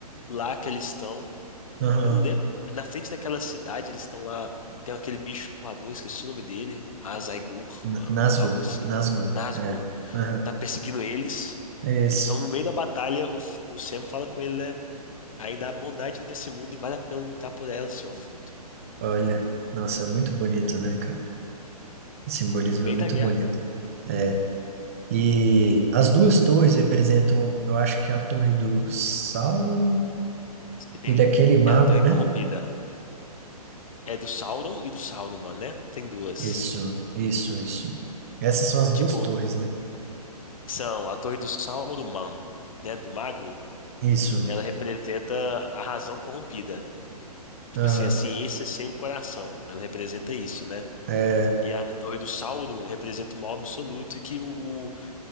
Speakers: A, on the left; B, on the right.
A: lá que eles estão
B: Aham.
A: eu não lembro. Na frente daquela cidade, eles estão lá. Tem aquele bicho voador, esqueci o nome dele. Azaigur,
B: N-
A: algo
B: Nazgûl,
A: algo assim.
B: Nazgûl,
A: Nazgûl.
B: é. Aham.
A: Tá perseguindo eles.
B: É isso.
A: Eles estão no meio da batalha. O, F- o Sam fala com ele, né? Ainda há bondade nesse mundo e vale a pena lutar por ela, senhor Frodo.
B: Olha, nossa, é muito bonito, né, cara? O simbolismo
A: No meio
B: é muito
A: da guerra,
B: bonito.
A: cara.
B: É, e as duas torres representam, eu acho que é a torre do Sauron
A: Sim.
B: e daquele mago,
A: É a Torre
B: né?
A: Corrompida. É do Sauron e do Saruman, né? Tem duas.
B: Isso, isso, isso. Essas são as
A: Tipo,
B: duas torres, né?
A: são a Torre do Sauron, né? Do Mago.
B: Isso.
A: Ela representa a razão corrompida. Tipo
B: Ah,
A: assim, a ciência sem o coração, ela representa isso, né?
B: é,
A: E a Torre do Sauron representa o mal absoluto e que o, o,